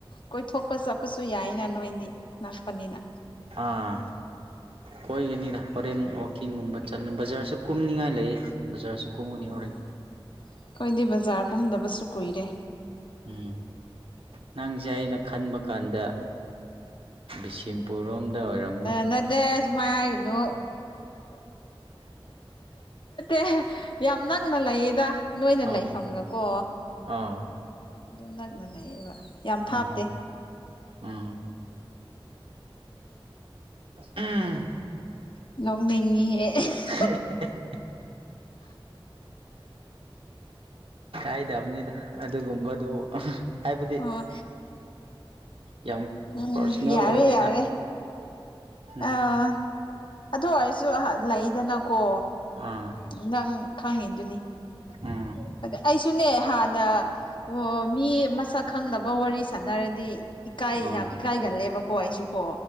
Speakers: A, on the left; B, on the right.
A: ꯀꯣꯏꯊꯣꯛꯄ ꯆꯠꯄꯁꯨ ꯌꯥꯏꯅ ꯅꯣꯏꯗꯤ ꯅꯛꯄꯅꯤꯅ
B: ꯑꯥ ꯀꯣꯏꯒꯅꯤꯗ ꯍꯣꯔꯦꯟ ꯋꯥꯛꯀꯤꯡꯒꯨꯝꯕ ꯆꯠꯂ ꯕꯖꯥꯔꯁꯨ ꯀꯨꯝꯅꯤꯡꯉꯥꯏ ꯂꯩꯌꯦ ꯕꯖꯥꯔꯁꯨ ꯀꯨꯝꯒꯅꯤ
A: ꯑꯣ
B: ꯍꯣꯔꯦꯟ
A: ꯑꯩꯈꯣꯏꯗꯤ ꯕꯖꯥꯔꯒꯨꯝꯗꯕꯁꯨ ꯀꯨꯏꯔꯦ
B: ꯎꯝ ꯅꯪꯁꯦ ꯑꯩꯅ ꯈꯟꯕ ꯀꯥꯟꯗ ꯕꯤꯁꯤꯝ ꯄꯨꯔꯣꯝꯗ ꯑꯣꯏꯔꯝꯅꯤ
A: ꯑꯦ ꯅꯠꯇꯦ ꯁꯨꯃꯥꯏ ꯍꯥꯏꯒꯅꯨ ꯦ ꯌꯥꯝ ꯅꯪꯅ ꯂꯩꯌꯦꯗ ꯅꯣꯏꯅ
B: ꯑꯥ
A: ꯂꯩꯐꯝꯒꯀꯣ
B: ꯑꯥ
A: ꯑꯗꯨꯝ ꯅꯛꯅ ꯂꯩꯌꯦꯕ ꯌꯥꯝ
B: ꯎꯝ
A: ꯊꯥꯞꯇꯦ
B: ꯎꯝ ꯎꯝ
A: ꯅꯣꯡꯅꯤ
B: ꯍ ꯀꯥꯏꯗꯕꯅꯤꯗ ꯑꯗꯨꯒꯨꯝꯕꯗꯨ ꯍꯥꯏꯕꯗꯤ
A: ꯑꯣ
B: ꯌꯥꯝ
A: ꯎꯝ
B: ꯄꯥꯔꯁꯅꯦꯜ
A: ꯌꯥꯔꯦ
B: ꯑꯣꯏꯗꯦꯅ
A: ꯌꯥꯔꯦ
B: ꯎꯝ
A: ꯑꯥ ꯑꯗꯨ ꯑꯣꯏꯔꯁꯨ ꯂꯩꯗꯅꯀꯣ
B: ꯑꯥ
A: ꯅꯪ ꯈꯪꯉꯤꯗꯨꯅꯤ
B: ꯎꯝ
A: ꯑꯩꯁꯨꯅꯦ ꯍꯥꯟꯅ ꯑꯣ ꯃꯤ ꯃꯁꯛ ꯈꯪꯗꯕ ꯋꯥꯔꯤ ꯁꯥꯟꯅꯔꯗꯤ ꯏꯀꯥꯏ
B: ꯑꯥ
A: ꯌꯥꯝ ꯏꯀꯥꯏꯒꯜꯂꯦꯕꯀꯣ ꯑꯩꯁꯨꯀꯣ